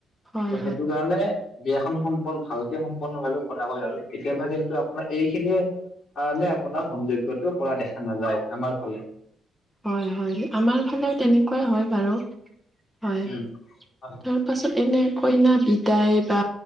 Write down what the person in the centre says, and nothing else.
হয়,
হয় হয় আমাৰ ফালে তেনেকোৱাই হয় বাৰু হয়।
তাৰ পাছত এনে কইনা বিধ বিদায় বা